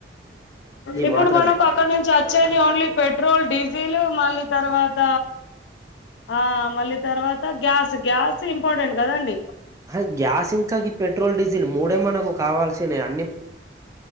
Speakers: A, on the left; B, on the right.
A: ఇప్పుడు
B: మాత్రమే
A: మనకు అక్కడ నుంచి వచ్చేది ఓన్లీ పెట్రోల్ డీజిల్ మళ్ళీ తర్వాత. ఆహ్ ఆహ్ మళ్ళీ తర్వాత గ్యాస్ గ్యాస్ ఇంపార్టెంట్ కదండి.
B: అహా గ్యాస్ హింకా గి పెట్రోల్, డీజిల్ మూడ్ డే మనకు కావాల్సినయా.